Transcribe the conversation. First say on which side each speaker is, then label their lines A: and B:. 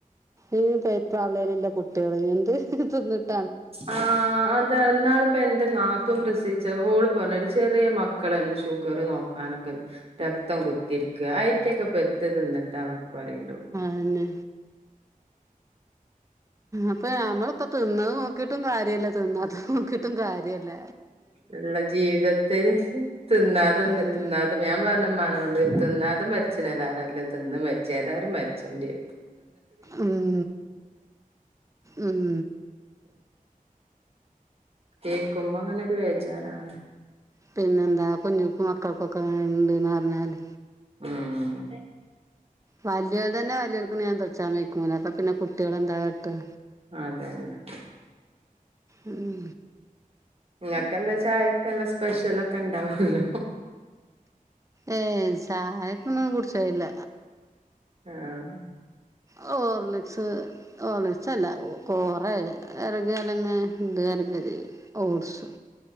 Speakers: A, on the right; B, on the right.
A: ഈ <unintelligible> ഉള്ള കുട്ടികള് എന്ത് തിന്നിട്ട്
B: ആഹ് അതാ ഇന്നാള് ഇപ്പൊ എന്റെ നാത്തൂൻ പ്രസവിച്ച് ഓള് പറയും ചെറിയ മക്കളാ എന്റെ ഷുഗറ് നോക്കാനൊക്കെ രക്തം കുത്തിയെടുക്കുക അതിറ്റെയൊക്കെ പെത്ത തിന്നിട്ടാണൊക്കെ പറയേണ്ടത്
A: തന്നെ അപ്പോ നമ്മളിപ്പോ തിന്നത് നോക്കീട്ടും കാര്യവില്ല തിന്നാത്തത് നോക്കീട്ടും കാര്യവില്ല
B: ഉള്ള ജീവിതത്തിൽ തിന്നാതെ എന്നിട്ട്
A: ഉം
B: തിന്നാതെ ഞാൻ പറഞ്ഞു ഉമ്മാനോട് തിന്നാതെ മ <unintelligible> തിന്ന് മരിച്ചേ ഏതായാലും മരിച്ചണ്ടി വരും
A: ഉം ഉം
B: കേക്കുമ്പോ അങ്ങനൊരു ബേജാറാണ്
A: പിന്നെന്താ കുഞ്ഞുങ്ങൾക്കും മക്കൾക്കൊക്കെ എങ്ങനെയുണ്ട് എന്ന് പറഞ്ഞാല്
B: ഉം
A: വലിയവർ തന്നെ വലിയൊരു നിയന്ത്രിച്ച <unintelligible> അപ്പ പിന്നെ കുട്ടികള് എന്താ കാട്ടുക
B: അത് തന്നെ
A: ഉം
B: നിങ്ങൾക്കെന്താ ചായക്ക് നല്ല സ്പെഷ്യലൊക്കെ ഉണ്ടാവുവല്ലോ
A: ഏ ചായക്കൊന്നും കുടിച്ചേയില്ല
B: ആഹ്
A: ഹോർലെക്സ് ഹോർലെക്സല്ല ഓ കുറേ കരഞ്ഞാലങ്ങ് ഇത് കലക്കി തരും ഓട്സ്